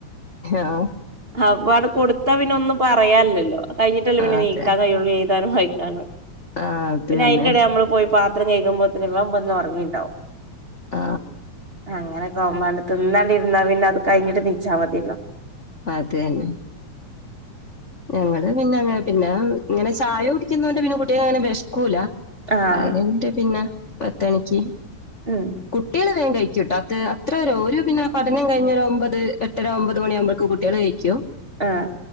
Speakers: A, on the left; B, on the right.
A: ആ
B: ആ അപ്പ അടെ കൊടുത്താ പിന്നെ ഒന്നും പറയാല്ലില്ലല്ലോ കഴിഞ്ഞിട്ടല്ലേ പിന്നെ
A: ആഹ് അതെ
B: നീക്കാൻ കയുള്ളൂ എഴുതാനും വായിക്കാനും
A: ആഹ് അത്
B: പിന്നെ
A: തന്നെ
B: അയിന്റിടെ നമ്മള് പോയി പാ ത്രം കഴുകുമ്പോത്തേനും വെളമ്പെന്ന് പറഞ്ഞിയിണ്ടാവും
A: ആ
B: അങ്ങനെ <unintelligible> തിന്നാണ്ടിരുന്നാ ഇരുന്നാ പിന്നെ അത് കഴിഞ്ഞിട്ട് തിന്നിച്ചാൽ മതിയല്ലോ
A: അതന്നെ ഞങ്ങള് പിന്നെ പിന്നെ ഇങ്ങനെ ചായ കുടിക്കുന്നോണ്ട് പിന്നെ കുട്ടിയക്കങ്ങനെ വെശക്കൂല
B: ആഹ്
A: അത് കഴിഞ്ഞിട്ട് പിന്നെ പത്തണിക്ക്
B: ഉം
A: കുട്ടികൾ വേഗം കഴി കുട്ടാ അത് അത്രരു ഓര് പിന്നെ പഠനം കഴിഞ്ഞ് ഒരു ഒമ്പത് എട്ടര ഒമ്പത് മണിയാകുമ്പോക്ക് കുട്ടികൾ കഴിക്കും
B: ആ